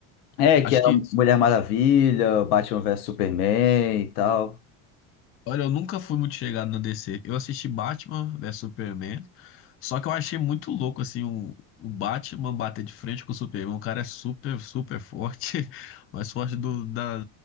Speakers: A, on the left; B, on the left.
A: É, que
B: Acho
A: era
B: que
A: Mulher Maravilha, Batman vs Superman e tal.
B: Olha, eu nunca fui muito chegado na DC. Eu assisti Batman vs Superman, só que eu achei muito louco, assim, o, o Batman bater de frente com o Superman. O cara é super, super forte, <laughs> mais forte do, da,